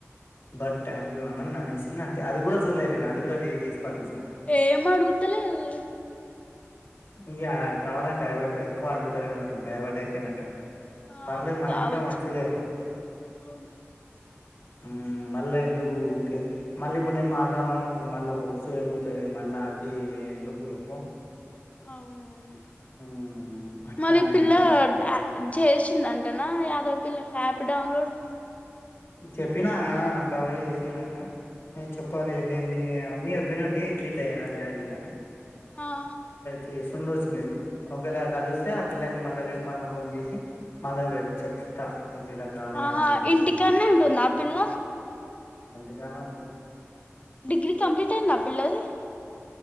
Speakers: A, on the left; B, on the left.
A: బట్ థ్యాంక్యూ ఆనంద్ ననేేసింది అంతే అది కూడా చూలేదు నేను అది కూడా డిలీట్ పడేసిన
B: ఏమడుగుతలేదు
A: ఇగా కావాలని డైవర్ట్ ఎక్కువ అడుగుతలేనట్టుంది డైవర్ట్ అయిపోయినట్టుంది
B: ఆ
A: పర్లేదు మనగీట
B: కావచ్చు
A: మంచిదేకదా
B: అవును
A: ఉమ్ మల్లెందుకు ఊకె మల్లిప్పుడు నేను మాట్లాడిన అనుకో హోప్స్ పెరుగుతయి మళ్ళా ఫీ ఎందుకు చెప్పు
B: అవునవును
A: మ్మ్ అట్లానే
B: మరి ఇ పిల్లా
A: అంతే
B: చేసిందంటనా యాదవ్ పిల్ల కి ఆప్ డౌన్లోడ్
A: చెప్పినా కదా డౌన్లోడ్ చేసిందంట చెప్పాలి నేను అన్నీ చెప్పినుంటి ఇట్లిట్ల చేయాలి అదిదని
B: ఆహ్
A: చేసిండోచ్చు మేబీ ఒకవేళ కలిస్తే ఆ పిల్లకి మళ్ళా రేపన్న ఫోన్ చేసి మళ్ళా చెప్తా అయితే ఇలా కార్య
B: ఆహా
A: యాప్ గురించి
B: ఇంటికాన్నే
A: అది
B: ఉంటుందా ఆ పిల్ల
A: ఇంటి కానే ఉంటుంది
B: డిగ్రీ కంప్లీట్ అయిందా ఆ పిల్లది